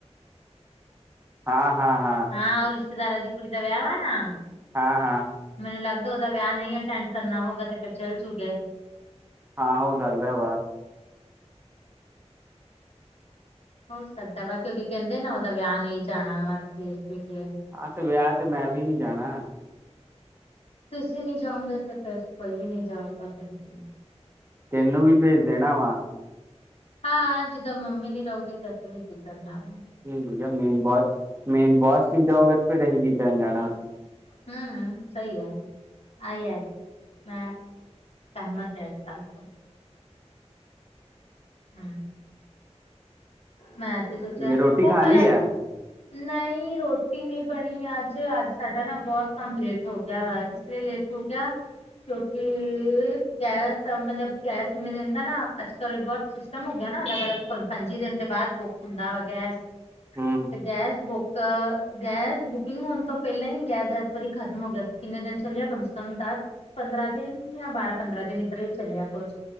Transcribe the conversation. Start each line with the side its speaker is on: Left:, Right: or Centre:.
Right: ਹਾਂ, ਹਾਂ, ਹਾਂ।
Left: ਹਾਂ, ਓ ਰਿਸ਼ਤੇਦਾਰਾਂ ਦੀ ਕੁੜੀ ਦਾ ਵਿਆਹ ਵਾ ਨਾ।
Right: ਹਾਂ, ਹਾਂ।
Left: ਮੈਨੂੰ ਲੱਗਦਾ ਉਹਦਾ ਵਿਆਹ ਨਹੀਂ ਅਟੈਂਡ ਕਰਨਾ ਹੋਊਗਾ, ਤੇ ਫਿਰ ਚੱਲ-ਚੁਲ ਗਏ।
Right: ਹਾਂ, ਹੋ ਸਕਦਾ ਵਾ।
Left: ਹੋ ਸਕਦਾ ਵਾ, ਕਿਉਂਕਿ ਕਹਿੰਦੇ ਨਾ ਉਹਦਾ ਵਿਆਹ ਨਹੀਂ ਜਾਣਾ ਵਾ ਇਸੇ ਲੀਏ।
Right: ਆਹ ਤੇ ਵਿਆਹ ਤੇ, ''ਮੈਂ ਵੀ ਨੀ ਜਾਣਾ।
Left: ਤੁਸੀਂ ਨੀ ਜਾਓਂਗੇ ਤੇ, ਫਿਰ ਕੋਈ ਵੀ ਨਹੀਂ ਜਾਉਗਾ ਫਿਰ ਕੀ।
Right: ਤੈਨੂੰ ਵੀ ਭੇਜ ਦੇਣਾ ਵਾ।
Left: ਹਾਂ, ਜਿਦੋਂ ਮੰਮੀ ਨੀ ਰਹੋਗੇ, ਤਾਂ ਅਸੀਂ ਵੀ ਕੀ ਕਰਨਾ ਵੇ।
Right: ਵਧੀਆ ਮੇਨ ਬੌਸ, ਮੇਨ ਬੋਸ ਨੀ ਜਾਉਗਾ, ਤੇ ਫਿਰ ਅਹੀ ਕੀ ਕਰਨ ਜਾਣਾ, ਉੱਥੇ।
Left: ਹੂੰ, ਸਹੀ ਆ, ਆਈ ਐ ''ਮੈਂਂ ਸਹਿਮਤ ਹੈ ਐਸ ਗੱਲ ਤੋ। ਹੂੰ, ਮੈਂ ਤੇ ਸੋਚਿਆ
Right: ਇਹ ਰੋਟੀ
Left: ਉਹ
Right: ਖਾ
Left: ਪਲ
Right: ਲਈ ਹੈ
Left: ਨਹੀਂ ਰ੍ਹੋਟੀ ਨਹੀਂ ਬਣੀ ਅੱਜ, ਅੱਜ ਸਾਡਾ ਨਾ ਬਹੁਤ ਕੰਮ ਲੇਟ ਹੋਗਿਆ ਵਾ, ਇਸ ਲਈ ਲੇਟ ਹੋਗਿਆ। ਕਿਉਂਕੀ ਗੈਸ ਮਤਲਬ, ਗੈਸ ਹੀ ਮ ਰਹਿੰਦਾ ਨਾ, ਅੱਜ-ਕੱਲ ਬਹੁਤ ਸਿਸਟਮ ਹੋਗਿਆ ਨਾ, ਅਲੱਗ-ਅਲੱਗ ਹੁਣ ਪੰਜੀ ਦਿਨ ਦੇ ਬਾਅਦ ਬੁੱਕ ਹੁੰਦਾ ਵਾ ਗੈਸ।
Right: ਹੂੰ
Left: ਤੇ ਗੈਸ ਬੁੱਕ ਅ, ਗੈਸ ਬੁਕਿੰਗ ਹੋਣ ਤੋਂ ਪਹਿਲਾਂ ਹੀ ਗੈਸ ਇਸ ਵਾਰੀ ਖਤਮ ਹੋ ਗਿਆ ਸੀ, ਕਿੰਨੇ ਦਿਨ ਚੱਲਿਆ ਕਮ ਸੇ ਕਮ ਦਸ ਪੰਦਰਾਂ ਦਿਨ, ਯਾ ਬਾਰਾਂ, ਪੰਦਰਾਂ ਦਿਨ ਇੱਧਰ ਹੀ ਚੱਲਿਆ ਕੁਝ।